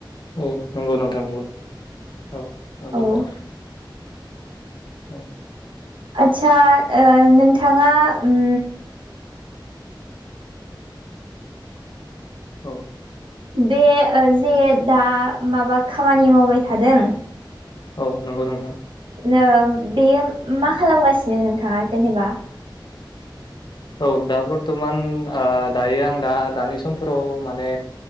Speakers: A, on the left; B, on the right.
A: औ नंगौ नोंथां नंगौ औ नंगौ
B: औ
A: नोंथां। औ
B: आदसा ओ नोंथाङा ओम
A: औ
B: बे जे दा माबा खामानि मावबाय थादों?
A: औ नंगौ नोंथां।
B: ओ बेयो मा खालामगासिनो नोंथाङा जेनेबा?
A: औ दा बर्थ'मान ओ दायो आं दा दानि समफोराव माने